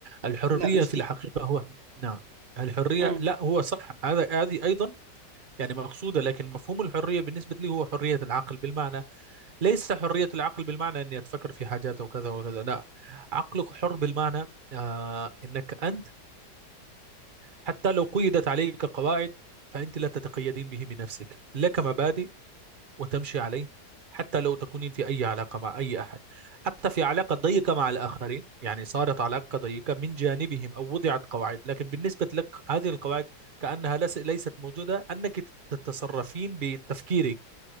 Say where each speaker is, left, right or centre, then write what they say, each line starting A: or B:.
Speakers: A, on the right; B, on the right.
A: الحرية
B: لا مش
A: في
B: دي
A: الحقيقة هو نعم الحرية
B: مم.
A: لا هو صح هذا هذه أيضا يعني مقصودة لكن مفهوم الحرية بالنسبة لي هو حرية العقل بالمعنى ليس حرية العقل بالمعنى أني أتفكر في حاجات وكذا وكذا لا عقلك حر بالمعنى آه أنك أنت حتى لو قيدت عليك قواعد فأنت لا تتقيدين به بنفسك لك مبادئ وتمشي عليه حتى لو تكونين في أي علاقة مع أي أحد حتى في علاقة ضيقة مع الآخرين يعني صارت علاقة ضيقة من جانبهم أو وضعت قواعد لكن بالنسبة لك هذه القواعد كأنها لس- ليست موجودة أنك تتصرفين بتفكيرك